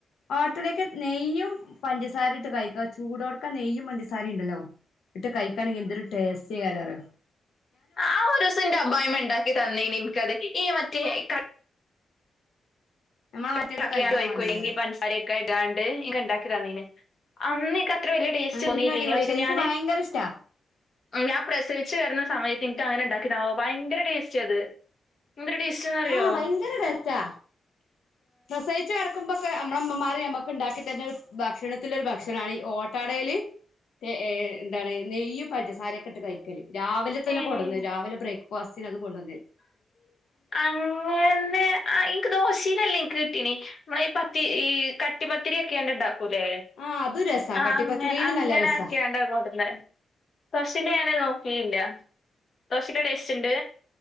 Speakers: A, on the left; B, on the left.
A: ഓട്ടടക്ക് നെയ്യും പഞ്ചസാരിട്ട് കഴിക്ക. ചൂടോട്ക്കൻ നെയ്യും പഞ്ചസാരിണ്ടല്ലൊ ഇട്ട് കഴിക്കാണെങ്കി എന്തൊരു ടേസ്റ്റെകാരം അറിയൊ
B: ആഹ് ആ ഒരുസം എന്റെ അമ്മായ്മ ഇണ്ടാക്കി തന്നീനി ഇന്ക്കത്. ഈ മറ്റേ ക
A: നമ്മളെ
B: <unintelligible>
A: മറ്റേത് കഴിക്കണ മാതിരികാരം
B: പൻസാരയൊക്കെ ഇടാണ്ട് ഇൻക് ഇണ്ടാക്കി തന്നീന് അന്ന് ഇൻക ത്ര വെലിയ ടേസ്റ്റ്
A: നല്ല
B: തോന്നിയില്ലേനു.
A: അടിപൊളിയാക്കാരം
B: പക്ഷെ
A: എനിക്ക്
B: ഞാന്
A: ഭയങ്കര ഇഷ്ടാ
B: ഉം ഞാൻ പ്രസവിച്ച് കെടന്ന സമയ ഇന്ക്കങ്ങനെ ഇണ്ടാക്കിത ഭയങ്കര ടേസ്റ്റത് എന്തൊരു ടേസ്റ്റന്നറിയോ
A: ആഹ് ഭയങ്കര ടേസ്റ്റാ പ്രസവിച്ച് കെടക്കുമ്പ ക്കെ നമ്മളെ ഇമ്മമാർ നമ്മക്ക് ഇണ്ടാക്കി തര്ന്ന ഒരു ഭക്ഷണത്തിലൊരു ഭക്ഷണാണ് ഈ ഓട്ടടേല് <unintelligible> എന്താണ് നെയ്യും പഞ്ചസാരയൊക്കെ ഇട്ട് കഴിക്കല്. രാവിലെ തന്നെ
B: ഏഹ്
A: കൊട്ന്നെരും രാവിലെ ബ്രേക്ക്ഫാസ്റ്റ് ന് അത് കൊണ്ടന്നെരും
B: അങ്ങനെ ആഹ് ഇന്ക്ക് ദോശീലല്ല ഇൻക് ട്ടീനി. നമ്മള് ഈ പത്തി ഈ കട്ടിപ്പത്തിരി ആക്ക്യാണ്ട് ഇണ്ടാക്കൂലെ
A: ആഹ് അത് രസാ
B: ആഹ്
A: കട്ടിപ്പത്തിരിയില്
B: അങ്ങനെ അങ്ങനാക്കിയാണ്ട
A: നല്ല രസാ
B: കൊടുന്നെ. ഫസ്റ്റില് ഞാനത് നോ കീല്ല. ദേശെല് ടേസ്റ്റ് ഇണ്ട്